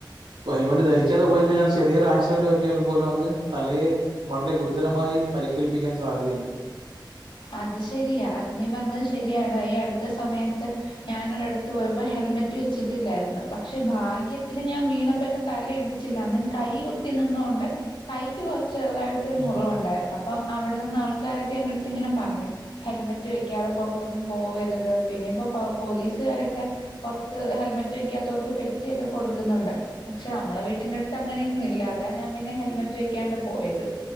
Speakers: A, on the right (about 80°); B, on the left (about 85°).
A: അപ്പ ഹെൽമെറ്റ് ധരിക്കാത പോതിനാൽ ചെറിയൊരു ആക്സിഡന്റ് പറ്റിയാൽ പോലും അത് തലയെ വളരെ ഗുരുതരമായി പരിക്കേൽപ്പിക്കാൻ സാധ്യതയുണ്ട്
B: അത് ശരിയാ അത് നീ പറഞ്ഞത് ശരിയാണ് ഈ അടുത്ത സമയത്ത് ഞാനൊ ഒരിടത്ത് പോയപ്പോ ഹെൽമെറ്റ് വെച്ചിട്ടില്ലായിരുന്നു പക്ഷെ ഭാഗ്യത്തിന് ഞാൻ വീണപ്പ എന്റെ തല ഇടിച്ചില്ല അന്ന്ൻ കൈ കുത്തി നിന്നൊണ്ട് കൈക്ക് കുറച്ച് ചെറുതായിട്ട് ഒരു
A: ഉം.
B: മുറിവ്ുണ്ടായിരുന്നു അപ്പം അവിടെ നിന്ന് ആൾ കക്ക എത്ത് ഇങ്ങനെ പറഞ്ഞു ഹെൽമെറ്റ് വെക്കാതെ പുറത്തൊന്നും പോവരുത് പിന്നെ ഇപ്പോൊ പോലീസുകാരൊക്കെ പുറത്ത് ഹെൽമെറ്റ് വെക്കാത്തവർക്ക് പെറ്റിയൊക്കെ കൊടുക്കുന്നുണ്ടല്ലോ പക്ഷെ നമ്മള വീട്ടിന്റെ അടുത്ത് അങ്ങനൊന്നും ഇല്ല ഇതാ ഞാൻ പിന്നെ ഹെൽമറ്റ് വെക്കാണ്ട് പോയത്